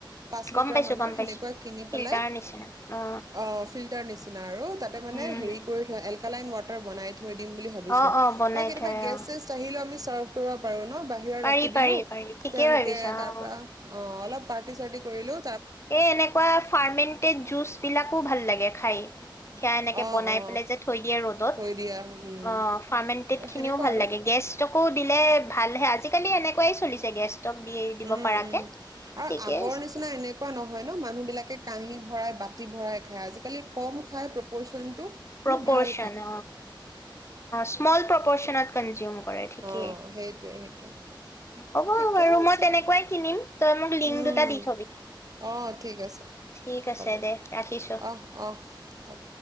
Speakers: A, on the right; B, on the left.
A: পাঁচ
B: গম
A: লিটাৰ
B: পাইছো
A: মানৰ
B: গম
A: সেনেকুৱা
B: পাইছো
A: কিনি
B: ফিল্টাৰ
A: পেলাই
B: নিচিনা অ
A: অ' ফিল্টাৰ নিচিনা আৰু তাতে মানে
B: উম
A: হেৰি কৰি থয় এলকেলাইন ৱাটাৰ বনাই থৈ দিম বুলি ভাবিছোঁ
B: অ অ বনাই
A: বা কেতিয়াবা
B: থয়
A: গেষ্ট
B: অ
A: চেষ্ট আহিলেও আমি <unintelligible> কৰিব পাৰো ন' বা হিৰা
B: পাৰি
A: ৰাখি দিলোঁ,
B: পাৰি পাৰি ঠিকেই
A: তেওঁলোকে
B: ভাবিছা
A: তাৰ পৰা
B: অ
A: অ অলপ পাৰ্টি চাৰ্টি কৰিলোঁ
B: এই এনেকুৱা ফাৰ্মেন্টেড জুচ বিলাক খুব ভাল লাগে খাই। সেয়া এনেকে
A: অ
B: বনাই
A: অ
B: পেলাই যে থৈ দিয়ে ৰ'দত,
A: থৈ দিয়া উম
B: অ', ফাৰ্মেণ্টেড
A: ত
B: খিনিও
A: সেনেকুৱা
B: ভাল
A: আৰু
B: লাগে গেষ্টকো দিলে ভালহে আজিকালি এনেকুৱাই চলিছে গেছ ষ্টক দি দিব
A: উম,
B: পাৰাকে
A: উম, আৰু
B: ঠিকেই
A: আগৰ নিচিনা এনেকুৱা নহ হয় ন মানুহ বিলাকে কাঁহি ভৰাই বাটতি ভৰাই খ আজিকালি কম খায় প্ৰপচন টো কিন্তু
B: প্ৰপ'ৰ্শন
A: ভাল
B: স্ম'ল প্ৰপ'ৰ্শনত ক'ন্জ্যুম কৰে ঠিকেই
A: অ সেইটোৱে সেইটোৱে
B: হ'ব
A: ঠিকে
B: বাৰু
A: আছে
B: মই তেনেকুৱাই কিনিম, তই মোক লিংক
A: উম
B: দুটা দি থবি,
A: অ ঠিক আছে
B: ঠিক আছে
A: হ'ব
B: দে ৰাখিছোঁ।
A: অহ অহ হ'ব